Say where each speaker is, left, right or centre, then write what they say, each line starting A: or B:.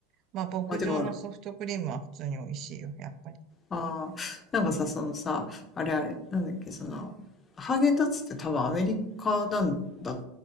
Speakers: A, on the right; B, on the left.
A: まあ、牧場のソフトクリームは普通に美味しいよ、
B: まあ、でも、
A: やっぱり。
B: ああ、なんかさ、そのさ、あれあれ、なんだっけ、その、ハーゲンダッツって多分アメリカなんだっ